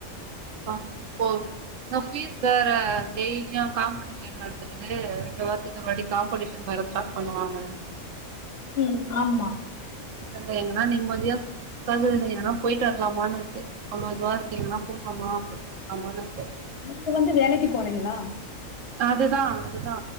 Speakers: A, on the right (about 70°); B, on the left (about 55°).
A: அ ப்போ ஆ ஃபீஸ் வேற டெய்லியு காம்படீஷன் நட க்குது ரெண்டு வாரத்துக்கு முன்னாடி காம்படீஷன் வேற ஸ்டார்ட் பண்ணுவாங்க.
B: ம் ஆமா
A: <unintelligible> எங்கனா நிம்மதியா ஸ்ட்ரெஸ்ஸா இருக்குது எங்கனா போய்ட்டு வரலாமான்னு இருக்கு அவ்ளோ இதுவா இருக்கு எங்கனா போ ஆமா அப்டிதா <unintelligible> இருக்கு
B: நீங்க வந்து வேலைக்கு போறீங்களா?
A: அதுதா அதுதா